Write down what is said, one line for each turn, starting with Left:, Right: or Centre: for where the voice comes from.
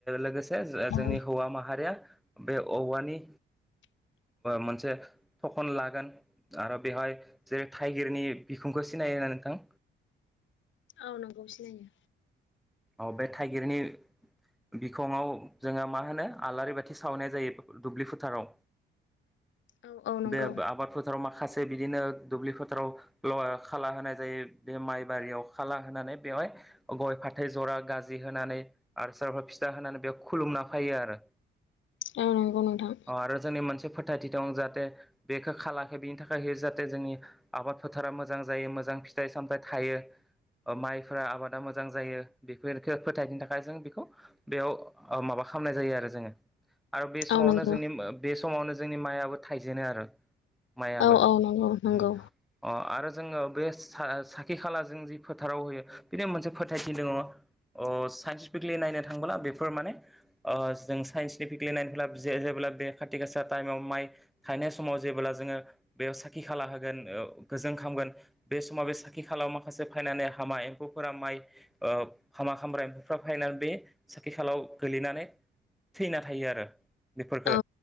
Centre: लोगोसे जोंनि
Left: औ
Centre: हौवा मा माहारिया बे औवानि मोनसे थखन लागोन आरो बेवहाय जेरै थाइगिरनि बिखुंखौ <inaudible> लायो नोंथां
Left: औ नंगौ सिखाङो।
Centre: औ बे थाइगिरनि बिखङाव जोङो मा होनो आलारि बाथि सावनाय जायो दुब्लि फोथाराव
Left: औ औ नंगौ
Centre: बे आबा आबाद फोथाराव माखासे बिदिनो दुब्लि फोथाराव ल खाला होनाय जायो बे माइ बारियाव खाला होनानै बेवहाय गय फाथ थै जरा गाजि होनानै आरो सोरबा फिथा होनानै बेयाव खुलुमना फैयो आरो
Left: औ नंगौ नोंथां
Centre: अ आरो जोंनि मोनस फोथायथि दं जाहाथे बेखौ खालाखै बिनि थाखाय जाहाथे जोंनि आबाद फोथारा मोजां जायो मो जां फिथाइ सामथाइ थायो माइफोरा आबादा मोजां जायो बेफोरखो फोथायनो थाखाय जों बेखौ बेयाव ओ माबा खामनाय जायो आरो जोङो आरो बे समावनो
Left: औ नंगौ
Centre: जोंनि मो बे समावनो जोंनि मायाबो थायजेनो आरो मायाबो
Left: औ औ नंगौ नंगौ
Centre: उम अ आरो जोङो बे सा साखि खाला जों जि फोथाराव होयो बिनि मोनसे फोथायथि दङ अ साइन्टिफिकेलि नायनो थाङोब्ला बेफोर माने ओ जों साइन्टिफिकेलि नायनोब्ला जे यो जेब्ला बे खाथि गासा टाइमाव माइ थायनाय समाव जेब्ला जोङो बेयाव साखि खाला होगोन ओ गोजों खामगोन बे समाव बे साखि खालायाव माखासे फायनानै हामा एम्फौफोरा माइ ओ हामा खामग्रा एम्फौफ्रा फैनानै बे साखि खालायाव गोलैनानै थैना थायो आरो बेफोरखो
Left: औ